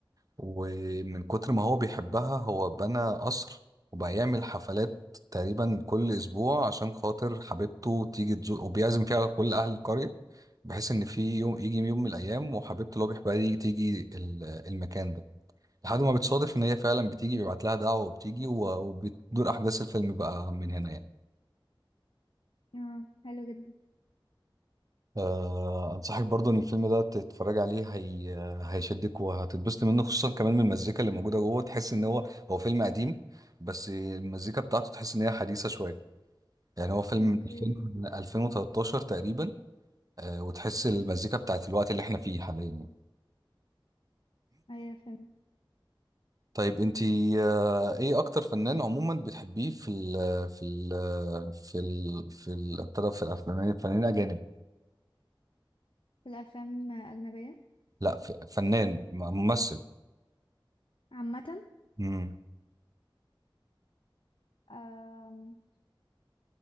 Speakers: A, on the right (about 40°); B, on the left (about 80°).
A: ومن كتر ما هو بيحبها هو بنى قصر وبقى يعمل حفلات تقريبا كل أسبوع عشان خاطر حبيبته تيجي تزور وبيعزم فيها كل أهل القرية بحيث إن في يوم يجي يوم من الأيام وحبيبته اللي هو بيحبها دي تيجي ال- المكان ده لحد ما بتصادف ان هي فعلا بتيجي بيبعت لها دعوه وبتيجي و- وبتدور احداث الفيلم بقى من هنا يعني
B: اه حلو جدا
A: أه انصحك برضو ان الفيلم ده تتفرج عليه هي هيشدك وهتتبسط منه خصوصا كمان من المزيكا اللي موجوده جوه تحس ان هو هو فيلم قديم بس المزيكا بتاعته تحس ان هي حديثه شويه يعني هو فيلم
B: اوكي
A: من 2000 من 2013 تقريبا أه وتحس المزيكا بتاعت الوقت اللي احنا فيه حاليا يعني.
B: ايوه فهمت
A: طيب انتي آه، ايه اكتر فنان عموما بتحبيه في ال في ال في ال في ال ابتدى في الافلام فنانين اجانب
B: الافلام اجنبيه
A: لا ف- فنان م- ممثل
B: عامة
A: امم
B: أم،